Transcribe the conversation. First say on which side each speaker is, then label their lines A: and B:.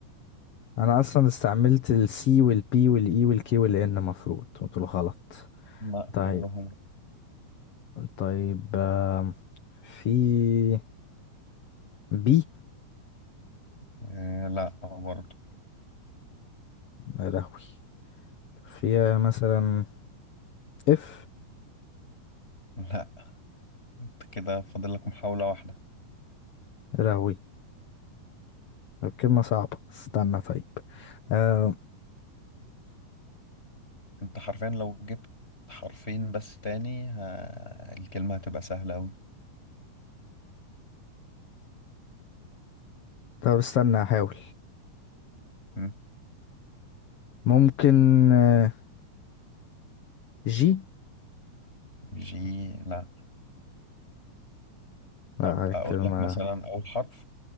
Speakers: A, on the left; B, on the left.
A: انا اصلا استعملت السي والبي والاي والكي والان مفروض قلت له غلط
B: لا
A: طيب
B: كلهم
A: طيب آم، في بي
B: آه لا برضو
A: رهوي فيها مثلا اف
B: لا أنت كده فاضل لك محاولة واحدة
A: رهوي الكلمة صعبة استنى طيب آه
B: أنت حرفيا لو جبت حرفين بس تاني ها الكلمة هتبقى سهلة أوي
A: طب استنى احاول
B: مم.
A: ممكن آه، جي
B: جي لا
A: لا
B: طب أقول
A: كلمة
B: لك مثلا أول حرف